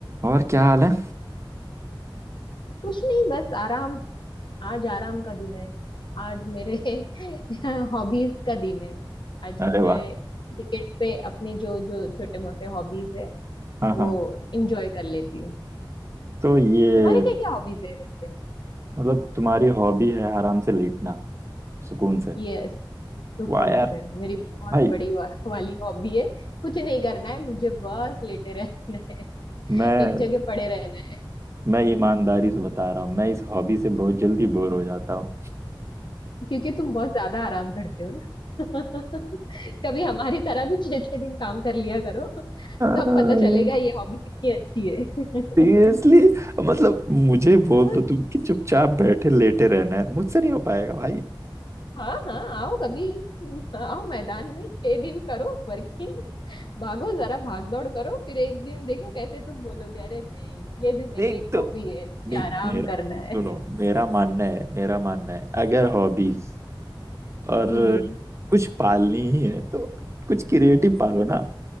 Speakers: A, on the right (about 35°); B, on the left (about 65°).
A: और क्या हाल है
B: कुछ नहीं बस आराम आज आराम का दिन है आज मेरे <laughs> हॉबीज का दिन है आज
A: अरे
B: मैं
A: वाह
B: वीकेंड पे अपने जो जो छोटे मोटे हॉबीज है
A: हाँ
B: वो
A: हाँ
B: इंजॉय कर लेती हूँ
A: तो ये
B: तुम्हारे क्या क्या हॉबीज है वैसे
A: मतलब तुम्हारी हॉबी है आराम से लेटना सुकून से
B: यस सुकून
A: वाह यार
B: से मेरी बहुत
A: भाई
B: बड़ी वा, वाली हॉबी है कुछ नहीं करना है मुझे बस लेटे रहना है
A: मैं
B: एक जगह पड़े रहना है
A: मैं ईमानदारी से बता रहा हूँ मैं इस हॉबी से बहुत जल्दी
B: <laughs>
A: बोर हो जाता हूँ
B: क्योंकि तुम बहुत ज्यादा आराम करते हो ना <laughs> कभी हमारी तरह भी छह छह दिन काम कर लिया करो तब
A: <laughs>
B: पता चलेगा ये हॉबी कितनी अच्छी है
A: सीरियसली
B: <laughs>
A: मतलब मुझे बोल
B: हाँ
A: दो तुम कि चुपचाप बैठे लेटे रहना है मुझसे नहीं हो पाएगा भाई
B: हाँ हाँ आओ कभी हाँ, आओ मैदान में छह दिन करो वर्किंग भागो जरा भाग दौड़ करो फिर एक दिन देखो कैसे तुम बोलोगे अरे नहीं ये भी मेरी
A: नहीं
B: एक
A: तो
B: हॉबी है मुझे
A: नहीं
B: आराम
A: मेरा
B: करना है
A: सुनो मेरा मानना है मेरा मानना है अगर हॉबीज और
B: हम्म
A: कुछ पालनी ही है तो कुछ क्रिएटिव पालो ना